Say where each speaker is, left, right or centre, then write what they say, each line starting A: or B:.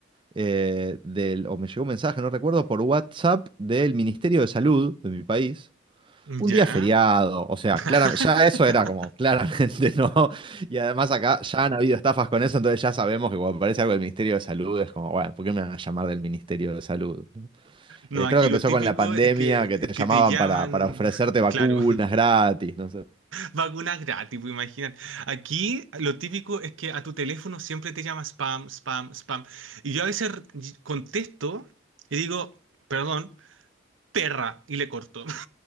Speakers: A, on the right (about 25°); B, on the right (about 75°).
A: eh, del, o me llegó un mensaje, no recuerdo, por WhatsApp del Ministerio de Salud de mi país. Un
B: Ya.
A: día feriado, o sea,
B: <laughs>
A: claramente, ya eso era como claramente <laughs> no. Y además acá ya han habido estafas con eso, entonces ya sabemos que cuando aparece algo del Ministerio de Salud es como, bueno, ¿por qué me van a llamar del Ministerio de Salud?
B: No,
A: Eh,
B: aquí
A: creo que empezó
B: lo típico
A: con la pandemia,
B: es que,
A: que te llamaban
B: que te llaman,
A: para, para ofrecerte
B: <laughs>
A: vacunas
B: claro.
A: gratis, no sé.
B: Vacunas gratis, pues imaginan. Aquí lo típico es que a tu teléfono siempre te llama spam, spam, spam. Y yo a veces r- y- contesto y digo, perdón, perra, y le corto.